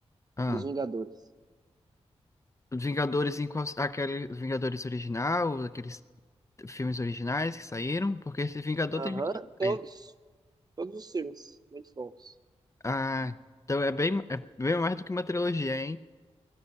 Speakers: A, on the left; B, on the right.
A: ah,
B: dos Vingadores.
A: os Vingadores em qual, aquele Vingadores original, aqueles filmes originais que saíram, porque esse Vingador
B: Aham,
A: tem filmes originais.
B: todos. Todos os filmes. Muito bons.
A: Ah, então é bem, é bem mais do que uma trilogia, hein?